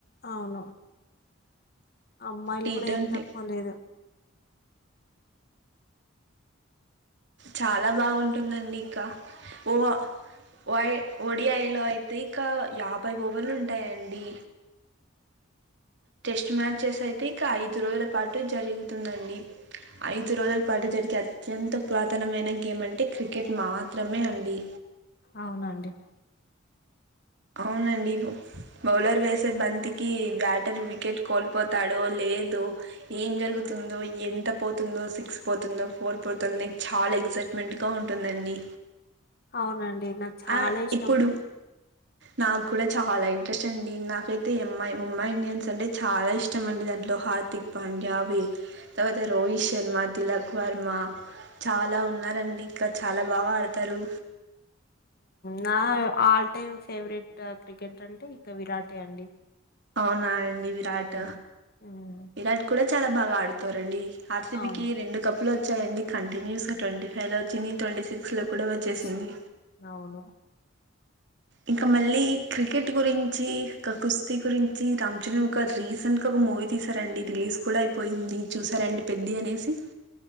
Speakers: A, on the left; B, on the right.
A: అవును అమ్మాయిలు
B: టీ
A: కూడా
B: ట్వంటీ
A: ఏమి తక్కువ లేదు
B: చాలా బాగుంటుందండి ఇకా ఓహ వయ ఒడియాలో అయితే ఇంక యాభై ఓవర్లు ఉంటాయండి టెస్ట్ మ్యాచెస్ అయితే ఇక ఐదు రోజుల పాటు జరుగుతుందండి ఐదు రోజుల పాటు జరిగే అత్యంత పురాతనమైన గేమ్ అంటే క్రికెట్ మాత్రమే అండి
A: అవునండి
B: అవునండి బౌలర్ వేసే బంతికి బ్యాటర్ వికెట్ కోల్పోతాడో లేదు ఏం జరుగుతు పోతుందో ఎంత పోతుందో సిక్స్ పోతుందో ఫోర్ పోతుంది చాలా ఎక్సైట్మెంట్ గా ఉంటుందండి
A: అవునండి నాకు చాలా
B: ఆ
A: ఇష్టం
B: ఇప్పుడు నాకు కూడా చాలా ఇంట్రెస్ట్ అండి నాకైతే ఎమ్మాయి ముంబై ఇండియన్స్ అంటే చాలా ఇష్టం అండి దాంట్లో హార్తిక్ పాండ్యావి తవాతే రోహిత శర్మా తిలక వర్మా చాలా ఉన్నారండి ఇంకా చాలా బాగా ఆడతారు
A: నా ఆల్ టైమ్ ఫేవరెట్ క్రికెట్ర్ అంటే ఇంకా విరాటే అండి
B: అవునా అండి విరాట్
A: హ్మ్. హ్మ్.
B: విరాట్ కూడా చాలా బాగా ఆడుతారండి ఆర్సిబి
A: అవును
B: రెండు కపులు వచ్చాయండి కంటిన్యూస్గా ట్వంటీ ఫైవ్ లో వచ్చింది ట్వంటీ సిస్ ట్వంటీ సిక్స్ లో కూడా వచ్చేసింది
A: అస్ అవును
B: ఇంకా మళ్ళీ క్రికెట్ గురించి ఇ కుస్తీ గురించి రామ్ చరణ్ ఒక రీసెంట్ గా ఒక మూవీ తీసారండి రిలీజ్ కూడా అయిపోయింది చూసారండి పెద్ది అనేసి